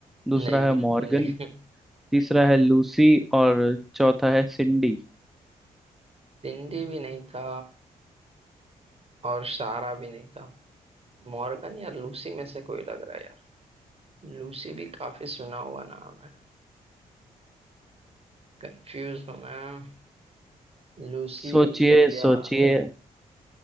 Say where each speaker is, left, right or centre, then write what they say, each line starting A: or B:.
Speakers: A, on the right; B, in the centre.
A: नहीं
B: दूसरा है
A: बिल्कुल
B: मॉर्गन
A: नहीं <laughs>
B: तीसरा है लूसी और चौथा है सिंडी
A: सिंडी भी नहीं था और सारा भी नहीं था मॉर्गन या लूसी में से कोई लग रहा है यार लूसी भी काफी सुना हुआ नाम है कंफ्यूज हूँ मैं लूसी
B: सोचिए
A: या
B: सोचिए